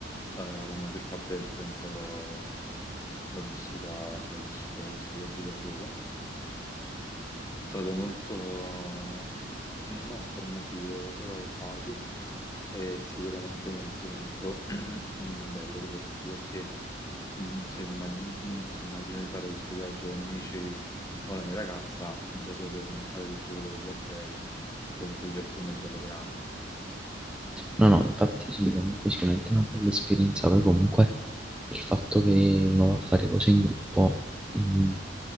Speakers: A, on the left; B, in the centre.
A: eh, la maggior parte del tempo l'ho l'ho vissuta, cioè ho vissuto questo viaggio da solo. È stato molto non formativo, però quasi, e sicuramente molto molto <clears throat> bello, soprattutto perché mm, se, immagin- mm, se immagino di fare questo viaggio con amici o la mia ragazza, già so che non fare tutto quello che vorrei, e comunque il Giappone è bello grande.
B: No, no, infatti sì, comunque sicuramente è una bella esperienza, poi comunque il fatto che uno va a fare cose in gruppo, mh,